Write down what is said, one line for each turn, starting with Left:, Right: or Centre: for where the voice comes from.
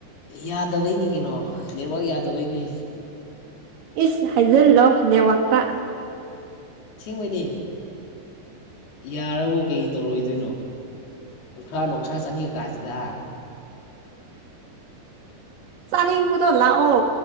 Left: ꯌꯥꯗꯕꯩꯅꯤ ꯀꯩꯅꯣ ꯅꯦꯠꯋꯥꯛ ꯌꯥꯗꯕꯩꯅꯤ
Right: ꯏꯁ ꯍꯥꯏꯖꯜꯂꯣ ꯅꯦꯋꯥꯛꯇ
Left: ꯑꯁꯦꯡꯕꯅꯤ ꯌꯥꯔꯕꯨ ꯀꯩ ꯇꯧꯔꯛꯑꯣꯏꯗꯣꯏꯅꯣ ꯎꯁ꯭ꯔꯥꯅꯣ ꯎꯁ꯭ꯔꯥ ꯆꯅꯤꯀꯥꯁꯤꯗ
Right: ꯆꯅꯤꯡꯕꯨꯗꯂ ꯑꯣ